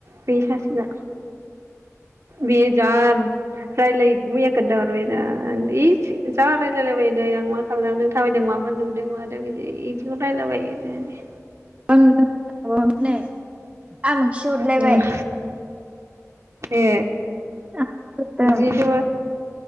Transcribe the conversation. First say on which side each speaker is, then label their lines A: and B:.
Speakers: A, on the right; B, on the right.
A: बे सासेना बियो जा रायलाय मैया खोन्थाहरबाय दा आं इस जा रायलायलायबाय नै आं मा खालामलांदों थाबायदों माबा नुदों मादों इदि <unintelligible> रायला बायो होनदो।
B: <unintelligible> अ नै आमोखिसो हरलायबाय।
A: उम ए
B: आं हरदों
A: जि द